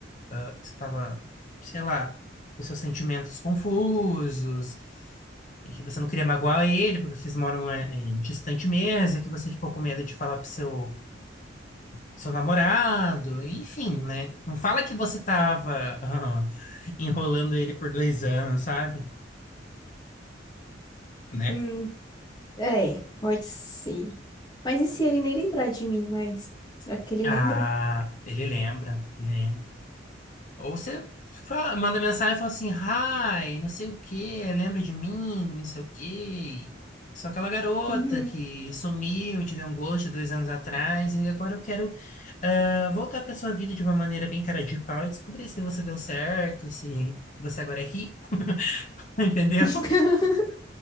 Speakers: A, on the left; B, on the left.
A: ah, você tava, sei lá, com seus sentimentos confusos, e que você não queria magoar ele, porque vocês moram eh, eh, distante mesmo, e que você ficou com medo de falar pro seu seu namorado, enfim, né? Não fala que você tava <laughs> ah, enrolando ele por dois anos, sabe? Né?
B: Hum, é, pode ser. Mas e se ele nem lembrar de mim mais? Será que ele
A: Ah,
B: lembra?
A: ele lembra, ele lembra. Ou você fala- manda mensagem e fala assim, hi, não sei o quê, lembra de mim, não sei o quê. Sou aquela garota
B: Uhum.
A: que sumiu, te deu um gosto dois anos atrás, e agora eu quero ah, voltar para sua vida de uma maneira bem cara de pau e descobrir se você deu certo, se você agora é rico, <laughs> entendeu?
B: <laughs>